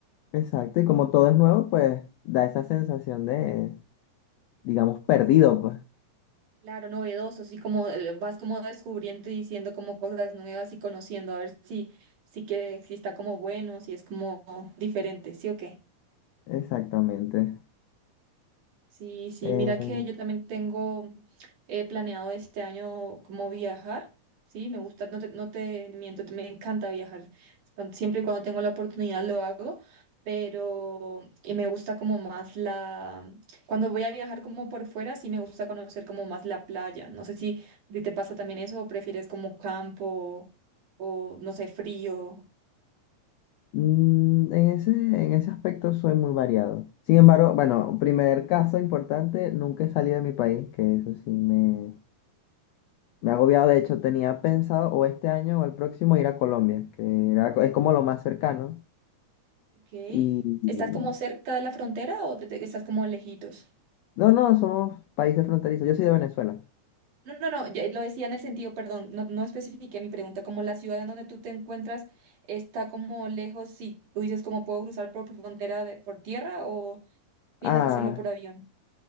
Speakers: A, on the left (about 80°); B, on the right (about 75°).
A: Exacto. Y como todo es nuevo, pues da esa sensación de, digamos, perdido, pues.
B: Claro, novedoso, sí, como eh, vas como descubriendo y diciendo como cosas nuevas y conociendo, a ver si, si que, si está como bueno, si es como diferente, ¿sí o qué?
A: Exactamente.
B: Sí, sí,
A: Eh,
B: mira que yo también tengo eh, planeado este año como viajar, sí, me gusta, no te, no te miento, me encanta viajar, cuan- siempre y cuando tengo la oportunidad lo hago, pero eh, me gusta como más la, cuando voy a viajar como por fuera, sí me gusta conocer como más la playa, no sé si a ti te pasa también eso o prefieres como campo o no sé, frío,
A: Mm, en ese, en ese aspecto soy muy variado. Sin embargo, bueno, primer caso importante, nunca he salido de mi país, que eso sí me, me ha agobiado. De hecho, tenía pensado o este año o el próximo ir a Colombia, que era co- es como lo más cercano.
B: ok,
A: Y, y-
B: ¿estás como cerca de la frontera o te- te- estás como lejitos?
A: no, no, somos países fronterizos. Yo soy de Venezuela.
B: No, no, no, yo lo decía en el sentido, perdón, no, no especifiqué mi pregunta, como la ciudad en donde tú te encuentras está como lejos, si tú dices cómo puedo cruzar por frontera de- por tierra o piensas
A: Ah,
B: hacerlo por avión.